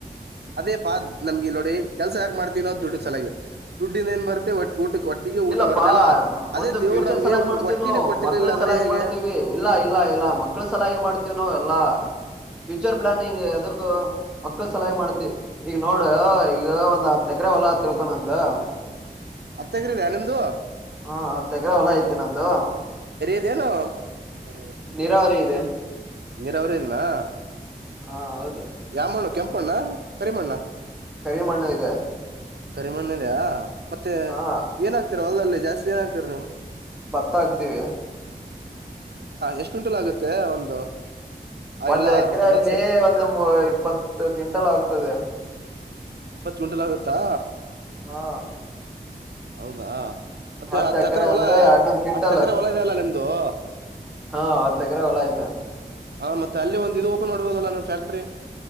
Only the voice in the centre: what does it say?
ಇಲ್ಲಪ್ಪಾ
ಒಂದು
ಫ್ಯೂಚರ್
ಸಲಹಾಗಿ ಮಾಡ್ತವ್ನು
ಮಕ್ಳ
ಸಲಾಗಿ
ಮಾಡ್ತೀವಿ ಇಲ್ಲ ಇಲ್ಲ ಇಲ್ಲ ಮಕ್ಳು ಸಲಹಾಗಿ ಮಾಡ್ತವ್ನು ಎಲ್ಲಾ ಫ್ಯೂಚರ್ ಪ್ಲಾನಿಂಗ್ ಅದಕ್ಕ ಮಕ್ಳು ಸಲಾಗಿ ಮಾಡ್ತಿವಿ ಈಗ ನೋಡು ಈಗ ಒಂದ್ ಹತ್ತ ಎಕರೆ ಹೊಲ ಅಂತ ತಿಳ್ಕೊ ನಂದು
ಹಾ ಹತ್ತ ಎಕರೆ ಹೊಲ ಐತಿ ನಂದು
ನೀರಾವರಿ ಇದೆ
ಹಾ ಹೌದು
ಕರಿಮಣ್ಣು ಇದೆ
ಹಾ
ಭತ್ತ ಹಾಕ್ತಿವಿ
ಒಂದ್
ಎಕ್ರೆಯಲ್ಲಿ
ಒಂದು ಇಪ್ಪತ್ತು ಕ್ವಿಂಟಲ್ ಆಗ್ತದೆ
ಹಾ
ಹತ್
ಎಕರೆ
ಅಂದ್ರೆ
ಎರಡ್ನೂರ್ ಕ್ವಿಂಟಲ್
ಹಾ ಹತ್ತ ಎಕರೆ ಹೊಲಾ ಇದೆ